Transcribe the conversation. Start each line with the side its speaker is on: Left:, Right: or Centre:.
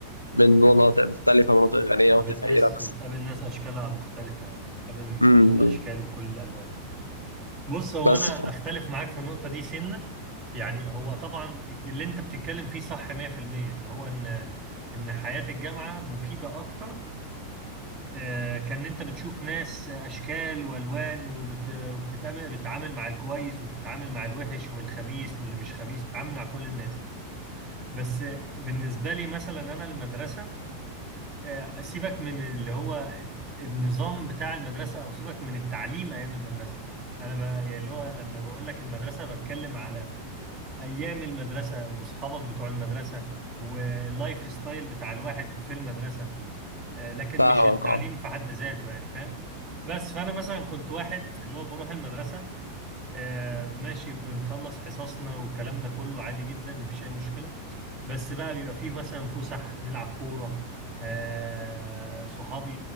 Left: من مناطق مختلفة مناطق
Right: أمم.
Left: غنية مناطق
Right: فبتقاس
Left: فقيرة بس
Right: بتقابل ناس اشكالها مختلفة يعني بتقابل من
Left: امم
Right: كل الاشكال وكل الالوان بص هو
Left: بس
Right: انا
Left: ف-
Right: اختلف معاك في النقطة دي سنة يعني هو طبعا اللي انت بتتكلم فيه صح 100% اللي هو ان ان حياة الجامعة مفيدة اكتر آه، كان انت بتشوف ناس اشكال والوان وبت... وبتتعامل بتتعامل مع الكويس وبتتعامل مع الوحش والخبيث واللي مش خبيث بتتعامل مع كل الناس بس آه، بالنسبه لي مثلا انا المدرسه آه، سيبك من اللي هو النظام بتاع المدرسه او سيبك من التعليم ايام المدرسه انا ب... يعني اللي هو لما بقول لك المدرسه بتكلم على ايام المدرسه واصحابك بتوع المدرسه واللايف ستايل بتاع الواحد في المدرسه آه، لكن
Left: فاهمك
Right: مش التعليم
Left: اه
Right: في حد ذاته يعني فاهم بس فانا مثلا كنت واحد اللي هو بروح المدرسه آه ماشي بنخلص حصصنا والكلام ده كله عادي جدا مفيش أي مشكلة بس بقى بيبقى فيه مثلا فسح نلعب كورة آه صحابي